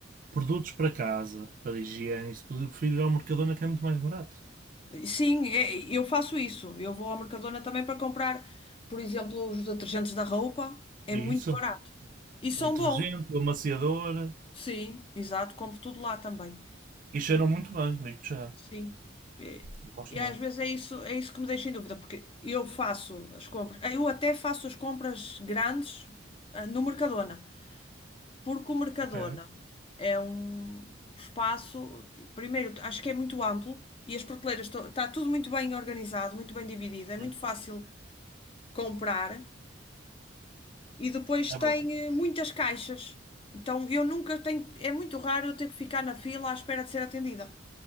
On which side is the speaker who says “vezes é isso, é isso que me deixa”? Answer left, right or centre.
Left